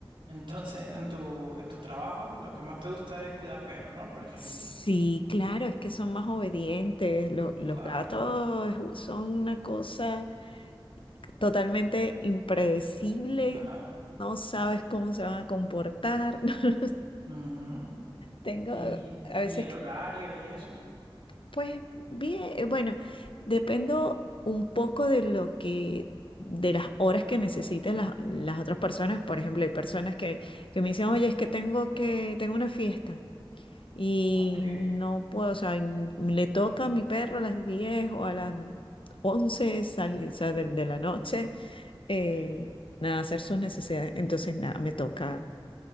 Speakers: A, on the right (about 65°); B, on the left (about 70°).
A: Entonces, en tu, en tu trabajo, lo que más te gusta es cuidar perros, ¿no? Por ejemplo.
B: Sí, claro, es que son más obedientes. Lo- los
A: Claro,
B: gatos son una cosa totalmente impredecible.
A: claro.
B: No sabes cómo se van a comportar. <laughs>
A: Ujú.
B: Tengo
A: ¿Y,
B: a
A: y
B: veces
A: el horario y eso?
B: Pues bien, eh, bueno, dependo un poco de lo que, de las horas que necesiten las, las otras personas. Por ejemplo, hay personas que, que me dicen, oye, es que tengo que, tengo una fiesta y
A: Ok,
B: no puedo, o sea, y le toca a mi perro a las 10 o a las 11 sale- o sea, de, de la noche, eh,
A: sí.
B: nada, hacer sus necesidades. Entonces, nada, me toca.